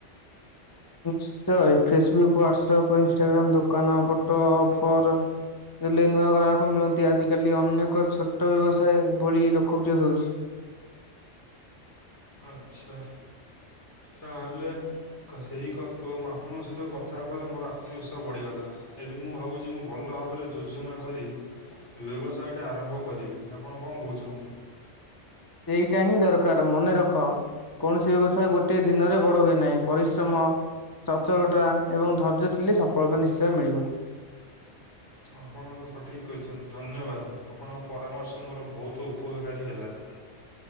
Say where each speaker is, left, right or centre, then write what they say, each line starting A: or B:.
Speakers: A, on the left; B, on the left.
A: ନିଶ୍ଚୟ ଫେସବୁକ୍ ହ୍ଵାଟସଆପ୍ ଇନସଟାଗ୍ରମ୍ ଦୋକାନ ଫଟୋ ଅଫର୍ ହେଲେ ନୂଆ ଗ୍ରାହକ ମିଳନ୍ତି ଆଜିକାଲି ଅନେକ ଛୋଟ ବ୍ୟବସାୟ ଭଳି ଲୋକପ୍ରିୟ ହେଉଛି।
B: ଆଛା ତା ହେଲେ ସେହି ଆପଣଙ୍କ ସହିତ କଥା ହେବରେ ମୋର ଆତ୍ମବିଶ୍ୱାସ ବଢ଼ିଗଲା, ଏବେ ମୁଁ ଭାବୁଛି ମୁଁ ଭଲ ଭାବରେ ଯୋଜନା କରି ବ୍ୟବସାୟଟା ଆରମ୍ଭ କରିବି ଆପଣ କଣ କହୁଛନ୍ତି?
A: ଏଇଟା ହିଁ ଦରକାର ମନେ ରଖ କୌଣସି ବ୍ୟବସାୟ ଗୋଟଏ ଦିନରେ ବଡ ହୁଏ ନାହିଁ ପରିଶ୍ରମ ସଚଟତା ଏବଂ ଧୈର୍ଯ୍ୟ ଥିଲେ ସଫଳତା ନିଶ୍ଚୟ ମିଳିବ।
B: <inaudible> ଆପଣଙ୍କୁ ସଠିକ୍ କହିଛନ୍ତି, ଧନ୍ୟବାଦ ଆପଣଙ୍କ ପରାମର୍ଶ ମୋର ବହୁତ ଉପକାରୀ ହେଲା। <inaudible>